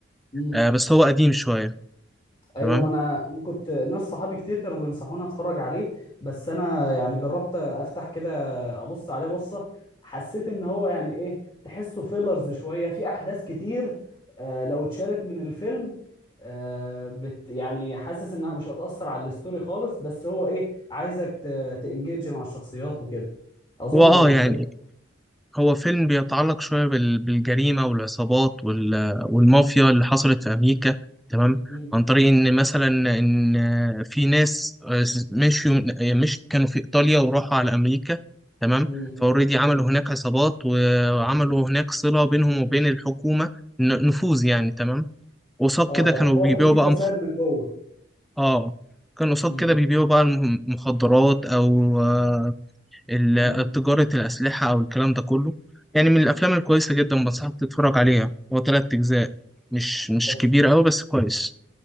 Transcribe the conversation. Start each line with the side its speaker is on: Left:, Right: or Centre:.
Left: امم
Centre: آه بس هو قديم شوية
Left: ايوه
Centre: تمام؟
Left: ما انا انا كنت ناس صحابي كتير كانوا بينصحوني اتفرج عليه بس انا يعني جربت افتح كده ابص عليه بصه حسيت ان هو يعني ايه تحسه فيلرز شويه في احداث كتير آه لو اتشالت من الفيلم آه بت يعني حاسس انها مش هتأثر على الستوري خالص بس هو ايه عايزك ت- تانجيج مع الشخصيات وكده اظن
Centre: هو اه
Left: يعني
Centre: يعني
Left: ده
Centre: هو فيلم بيتعلق شوية بال- بالجريمة والعصابات وال- والمافيا اللي حصلت في أمريكا تمام
Left: مم.
Centre: عن طريق إن مثلا إن في ناس مشيوا آه، مش كانوا في إيطاليا وراحوا على أمريكا تمام
Left: مم.
Centre: فأوريدي عملوا هناك عصابات وعملوا هناك صلة بينهم وبين الحكومة ن- نفوذ يعني تمام قصاد
Left: اه
Centre: كده
Left: يعني
Centre: كانوا
Left: هو
Centre: بيبيعوا
Left: كان في
Centre: بقى
Left: فساد
Centre: مخ...
Left: من جوه
Centre: آه كانوا قصاد
Left: مم.
Centre: كده بيبيعوا بقى المخدرات أو آه، ال-
Left: مم.
Centre: تجارة الأسلحة أو الكلام ده كله يعني من الأفلام الكويسة جدا بنصحك تتفرج عليها هو تلات أجزاء مش مش
Left: بس
Centre: كبير أوي بس كويس